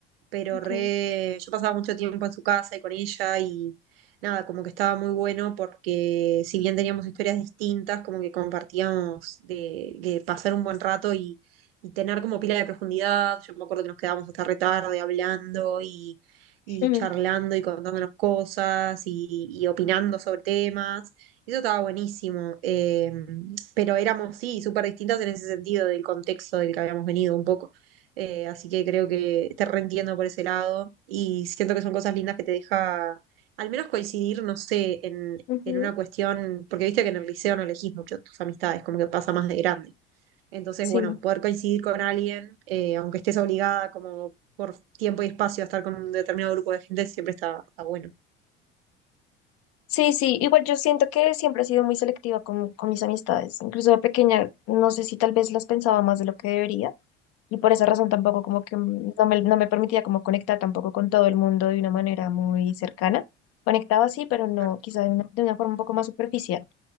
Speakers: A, on the right (about 75°); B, on the left (about 55°).
A: pero
B: Ok.
A: re, yo pasaba mucho tiempo en su casa y con ella y nada, como que estaba muy bueno porque si bien teníamos historias distintas, como que compartíamos de, de pasar un buen rato y, y tener como pila de profundidad. Yo me acuerdo que nos quedábamos hasta re tarde hablando y, y
B: Ujú,
A: charlando y contándonos cosas y, y opinando sobre temas. Y Eso estaba buenísimo, eh, pero éramos, sí, súper distintas en ese sentido del contexto del que habíamos venido un poco. Eh, así que creo que te reentiendo por ese lado y siento que son cosas lindas que te deja al menos coincidir, no sé, en,
B: ujú,
A: en una cuestión, porque viste que en el liceo no elegís mucho tus amistades, como que pasa más de grande. Entonces,
B: Sí,
A: bueno, poder coincidir con alguien, eh, aunque estés obligada como por tiempo y espacio a estar con un determinado grupo de gente, siempre está, está bueno.
B: sí, sí. Igual yo siento que siempre he sido muy selectiva con, con mis amistades. Incluso de pequeña, no sé si tal vez las pensaba más de lo que debería. Y por esa razón tampoco como que mm, no me, no me permitía como conectar tampoco con todo el mundo de una manera muy cercana. Conectaba sí, pero no,
A: Claro.
B: quizá de una, de una forma un poco más superficial.